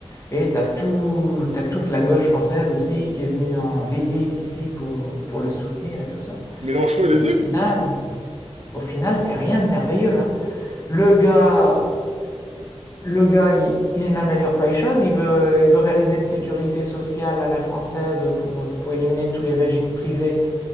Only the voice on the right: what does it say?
Mélenchon, il est
venu?